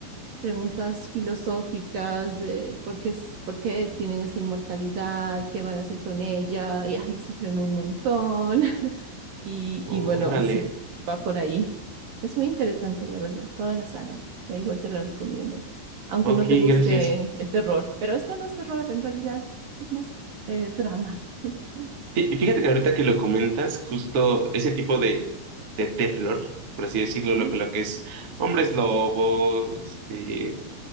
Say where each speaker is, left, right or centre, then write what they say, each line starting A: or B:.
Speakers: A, on the right; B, on the right.
A: preguntas filosóficas de por qué, es- por qué tienen esta inmortalidad, qué van a hacer con ella, y ahí sufren un montón. <laughs> Y,
B: Órale.
A: y bueno, así va por ahí. Es muy interesante, la verdad, toda la saga. Da Igual te la recomiendo, aunque
B: Ok,
A: no te guste
B: gracias.
A: el terror. Pero esto no es terror, en realidad, es más eh, drama. <laughs>
B: Sí, y fíjate que ahorita que lo comentas, justo ese tipo de, de terror, por así decirlo, lo,
A: Mm,
B: que- lo que es hombres lobo, este.